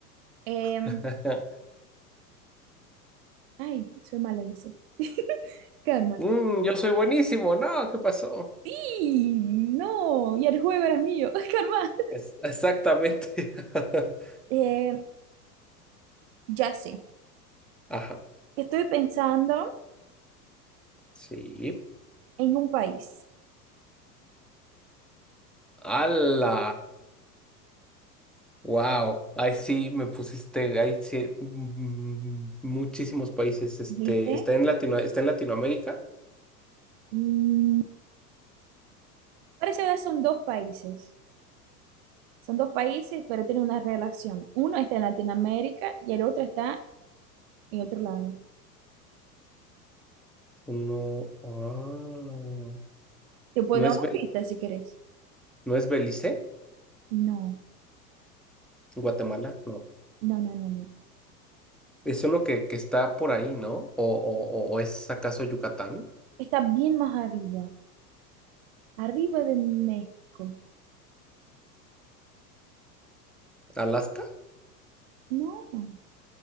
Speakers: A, on the right; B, in the centre.
A: Em,
B: <laughs>
A: ay, soy mala, dice. Karma.
B: Mm, yo soy buenísimo, no, ¿qué pasó?
A: Sí, no. Y el juego era mío. <laughs> Karma.
B: Es- exactamente. <laughs>
A: Eh, ya sé.
B: Ajá,
A: Estoy pensando
B: sí.
A: en un país.
B: ¡Hala! Wow, ahí sí me pusiste, ahí sí, mm, muchísimos países, este,
A: ¿Viste?
B: está en Latino, está en Latinoamérica.
A: Mm, parece que son dos países. Son dos países, pero tienen una relación. Uno está en Latinoamérica y el otro está en otro lado.
B: No, ah,
A: Te puedo
B: no
A: dar
B: es,
A: una
B: Bel-
A: pista si querés.
B: no es Belice,
A: No,
B: Guatemala, no.
A: no, no, no, no.
B: Es uno que, que está por ahí, ¿no? O, o, o es acaso Yucatán?
A: Está bien más arriba, arriba de México.
B: ¿Alaska?
A: No,